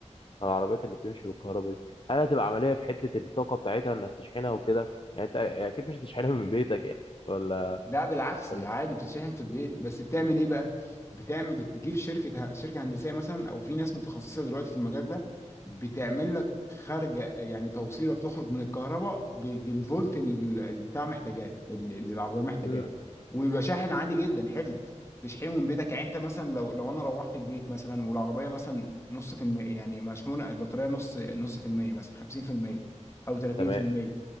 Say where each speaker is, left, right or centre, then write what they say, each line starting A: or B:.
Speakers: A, on the left; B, on the left.
A: العربيات اللي بتمشي بالكهرباء دي هل هتبقى عملية في حتة الطاقة بتاعتها انك تشحنها وكده يعني انت يعني اكيد مش هتشحنها من بيتك يعني ولا
B: لا بالعكس
A: ولا
B: عادي بتتشحن في البيت بس بتعمل ايه بقى بتعمل بتجيب شركة ه- شركة هندسية مثلا او في ناس متخصصة دلوقتي في المجال ده بتعمل لك خارجة يعني توصيلة بتخرج من الكهرباء ب- بالفولت اللي ال- البتاع محتاجاه اللي اللي العربية محتاجاه
A: امم
B: ويبقى شاحن عادي جدا حلو تشحنه من بيتك يعني انت مثلا لو لو انا روحت البيت مثلا والعربية مثلا نص في المية يعني مشحونة البطارية نص نص في المية مثلا 50% او 30%
A: تمام